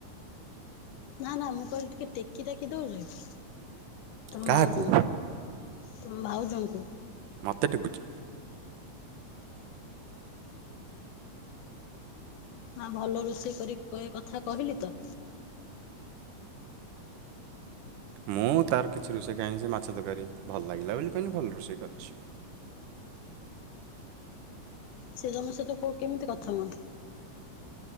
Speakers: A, on the left; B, on the right.
A: ନା ନା ମୁଁ କହିଲି ଟିକେ ଟେକି ଟେକି ଦଉଚ କି? ତମ
B: କାହାକୁ
A: ଭାଉଜକୁ ତମ ଭାଉଜଙ୍କୁ।
B: ମତେ ଟେକୁଚି।
A: ନା ଭଲ ରୋଷେଇ କରି କହି କଥା କହିଲି ତ।
B: ମୁଁ ତାର କିଛି ରୋଷେଇ କାଇଁ ସେ ମାଛ ତରକାରୀ ଭଲ ଲାଗିଲା ବୋଲି କହିଲି ଭଲ ରୋଷେଇ କରିଚି।
A: ସେ ଯନ ସହିତ କୋ କେମିତି କଥା ହୁଅନ୍ତି?